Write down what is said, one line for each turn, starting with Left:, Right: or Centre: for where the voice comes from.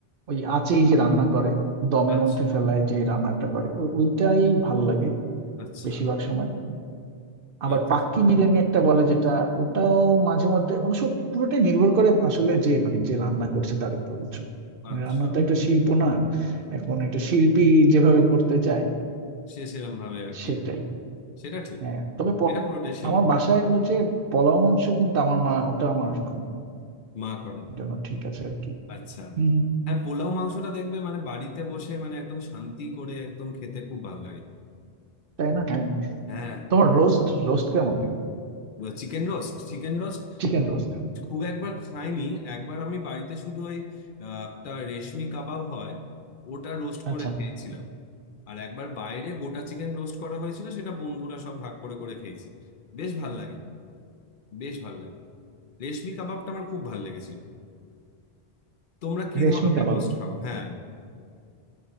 Right: ওই আঁচেই যে রান্না করে দমের
Left: আচ্ছা
Right: মধ্যে ফেলায় যে রান্নাটা করে ও- ওইটাই ভাল লাগে
Left: আচ্ছা
Right: বেশিরভাগ সময় আবার
Left: আচ্ছা
Right: পাক্কি বিরিয়ানি একটা বলে যেটা ওটাও মাঝে মধ্যে অবশ্য পুরোটাই নির্ভর করে আসলে যে মানে যে রান্না করছে তার উপর বুঝছো মানে
Left: আচ্ছা
Right: রান্না তো একটা শিল্প না এখন এটা শিল্পী যেভাবে করতে চায়
Left: সে সেরকম ভাবে আর কি
Right: সেটাই
Left: সেটা ঠিক
Right: হ্যাঁ তবে প-
Left: এটা পুরোটাই শিল্প
Right: আমার বাসায় হলো যে পোলাও মাংস কিন্তু আমার মা ওটা আমার খুব
Left: মা করে
Right: জন্য ঠিক আছে আর কি
Left: আচ্ছা
Right: হম
Left: হ্যাঁ পোলাও মাংসটা দেখবে মানে বাড়িতে বসে মানে একদম শান্তি করে একদম খেতে খুব ভালো লাগে
Right: তাই না হ্যাঁ
Left: হ্যাঁ
Right: তোমার রোস্ট রোস্ট কেমন লাগে
Left: চিকেন রোস্ট চিকেন রোস্ট
Right: Chicken roast
Left: খুব একবার খাইনি একবার আমি বাড়িতে শুধু ওই আহ, একটা রেশমি কাবাব হয় ওটা রোস্ট
Right: আচ্ছা
Left: করে খেয়েছিলাম আর একবার বাইরে গোটা চিকেন রোস্ট করা হয়েছিল সেটা বন্ধুরা সব ভাগ করে করে খেয়েছে বেশ ভাল লাগে বেশ ভাল লাগে রেশমি কাবাবটা আমার খুব ভাল লেগেছিল তোমরা কি
Right: রেশমি
Left: ধরনের
Right: কাবাব
Left: রোস্ট খাও হ্যাঁ